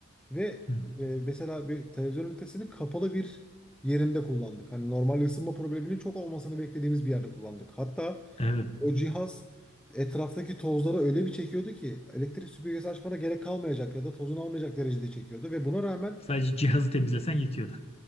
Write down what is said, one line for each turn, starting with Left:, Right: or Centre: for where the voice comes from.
Centre: Ve
Left: Hı.
Centre: e, mesela bir televizyon ünitesinin kapalı bir yerinde kullandık. Hani normal ısınma probleminin çok olmasını beklediğimiz bir yerde kullandık. Hatta
Left: Evet.
Centre: o cihaz etraftaki tozları öyle bir çekiyordu ki elektrik süpürgesi açmana gerek kalmayacak ya da tozunu almayacak derecede çekiyordu ve buna rağmen
Left: Sadece cihazı temizlesen yetiyordu.